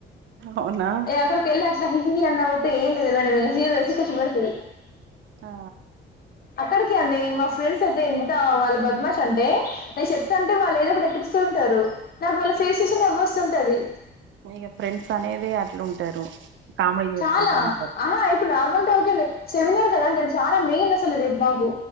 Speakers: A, on the right; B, on the left.
A: అవునా
B: అక్కడికి వెళ్ళి హిహి అని నవుతే ఏం లేది మేడం ఇక జీరో వేసి ఖచి బడుతది
A: ఆ
B: అక్కడికి అండి మా ఫ్రెండ్స్ అయితే ఎంత వాళ్ళు బద్మాశ అంటే నేను చెప్తా వాళ్ళు ఏదో ఒక ఎక్రిస్తూ ఉంటారు నాకు వాళ్ళ ఫేస్ చూస్తే నవ్ వస్తుంటది
A: ఇగ ఫ్రెండ్స్ అనేది అట్లుంటారు కామెడీ చేసుకుంటా
B: చాలా
A: ఉంటారు
B: ఆహా ఇప్పుడు నార్మంట ఓకే అండి సెమినార్ కదా అంటే అది చాలా మెయిన్ అసలు రేపు మాకు